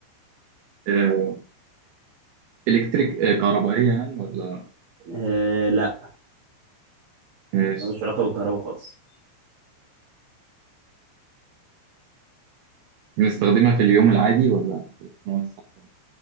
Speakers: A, on the right; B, on the right.
A: آه، إلكتريك آه، كهربائية يعني ولا
B: آه لا
A: ماشي
B: ملوش علاقة بالكهرباء خالص
A: بنستخدمها في اليوم العادي ولا في نوع الصحراء؟